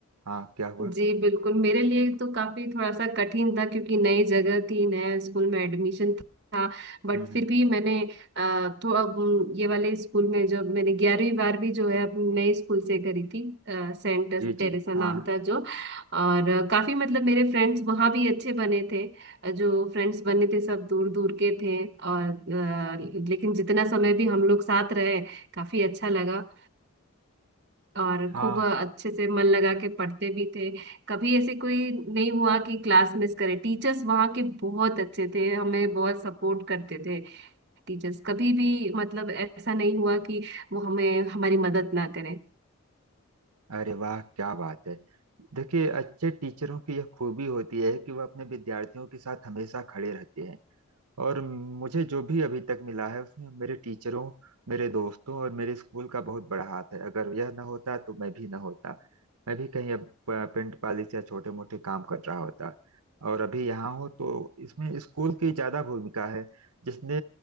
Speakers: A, on the right; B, on the right.
A: हाँ क्या हुआ
B: जी बिल्कुल मेरे लिए तो काफी थोड़ा सा कठिन था क्योंकि नई जगह थी नया स्कूल में एडमिशन था बट
A: हम्म हम्म,
B: फिर भी मैंने अ, तो अब उम, ये वाले स्कूल में जब मैंने ग्यारहवीं बारहवीं जो है अपने नए स्कूल से करी थी अ, सेंट
A: जी
B: टेरेसा
A: जी
B: नाम
A: हाँ
B: था जो और अ, काफी मतलब मेरे फ्रेंड्स वहाँ भी अच्छे बने थे अ, जो फ्रेंड्स बने थे सब दूर दूर के थे और अ, लेकिन जितना समय भी हम लोग साथ रहे काफी अच्छा लगा और
A: हाँ
B: खूब अच्छे से मन लगा के पढ़ते भी थे कभी ऐसे कोई नहीं हुआ कि क्लास मिस करे टीचर्स वहाँ के बहुत अच्छे थे हमें बहुत सपोर्ट करते थे टीचर्स कभी भी मतलब ऐसा नहीं हुआ कि वो हमें हमारी मदद ना करें
A: अरे वाह क्या बात है देखिए अच्छे टीचरों की यह खूबी होती है कि वह अपने विद्यार्थियों के साथ हमेशा खड़े रहते हैं और मुझे जो भी अभी तक मिला है उसमें मेरे टीचरों मेरे दोस्तों और मेरे स्कूल का बहुत बड़ा हाथ है अगर यह ना होता तो मैं भी ना होता मैं भी कहीं अब अ, पेंट पॉलिश या छोटे मोटे काम कर रहा होता और अभी यहाँ हो तो इसमें स्कूल की ज्यादा भूमिका है जिसने